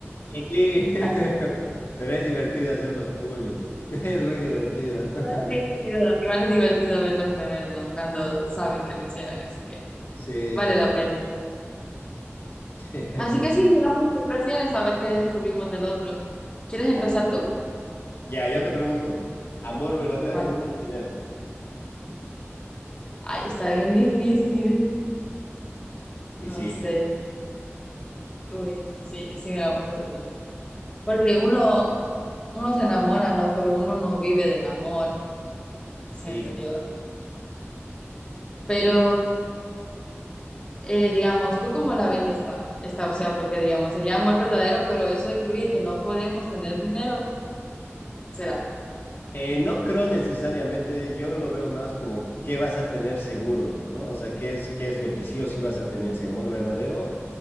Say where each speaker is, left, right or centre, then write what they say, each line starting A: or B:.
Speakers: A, on the left (about 55°); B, on the left (about 20°).
A: Y sí, <laughs>
B: Así.
A: pero es divertido hacerlos públicos. <laughs> Es muy divertido. <laughs>
B: Igual es divertido, igual es divertido verlos beber, ¿no? Cuando saben que lo hicieron, así que
A: Sí.
B: vale la pena.
A: <laughs>
B: Así que sí, digamos, ¿qué prefieres? A ver qué descubrimos del otro. ¿Quieres empezar
A: Mira,
B: tú?
A: Ya, yo te pregunto, ¿amor verdadero,
B: Vale.
A: mucho dinero?
B: Ay, está bien difícil.
A: Y
B: No
A: sí,
B: sé. Uy, sí, sí me la puse difícil. Porque uno, uno se enamora, ¿no? Pero uno no vive del amor, siento
A: y,
B: yo. Pero, eh, digamos, ¿tú cómo la ves esta, esta opción? Porque, digamos, sería amor verdadero, pero eso incluye que no podemos tener dinero, ¿será?
A: eh, no creo necesariamente, yo lo veo más como qué vas a tener seguro, ¿no? O sea, qué es, qué es lo que sí o sí vas a tener, si amor verdadero